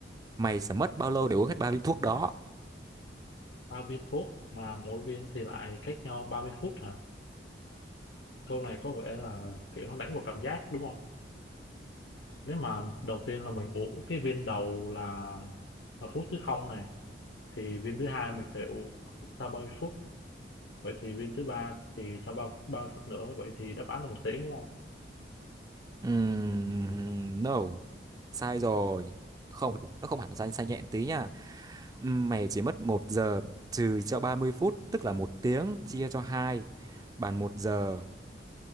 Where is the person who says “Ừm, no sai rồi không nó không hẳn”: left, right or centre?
Right